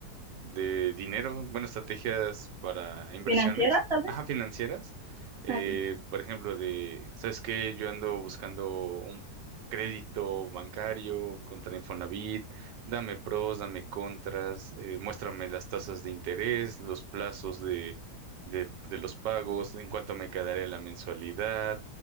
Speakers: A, on the right; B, on the right.
A: de dinero, bueno, estrategias para inversiones,
B: financiera, tal vez,
A: ajá, financieras. Eh,
B: a ti.
A: por ejemplo, de, ¿sabes qué? Yo ando buscando un crédito bancario contra Infonavit, dame pros, dame contras, eh, muéstrame las tasas de interés, los plazos de, de, de los pagos, en cuánto me quedaría la mensualidad,